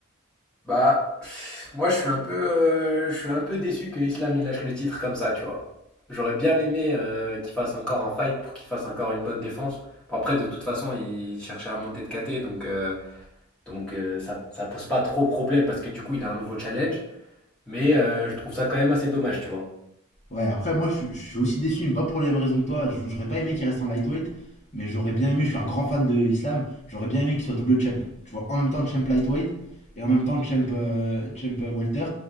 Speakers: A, in the centre; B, on the left.
A: Bah, pff, moi, je suis un peu, euh, je suis un peu déçu que Islam il lâche le titre comme ça, tu vois. J'aurais bien aimé euh, qu'il fasse encore un fight pour qu'il fasse encore une bonne défense. Bon, après, de toute façon, il cherchait à monter de KT, donc, euh, donc euh, ça, ça pose pas trop problème parce que du coup, il a un nouveau challenge. Mais euh, je trouve ça quand même assez dommage, tu vois.
B: Ouais, après, moi je suis- je suis aussi déçu, mais pas pour les mêmes raisons que toi. Je- J'aurais pas aimé qu'il reste en lightweight, mais j'aurais bien aimé, je suis un grand fan de Islam, j'aurais bien aimé qu'il soit double champ. Tu vois, en même temps champ lightweight et en même temps champ, euh, champ euh, welter.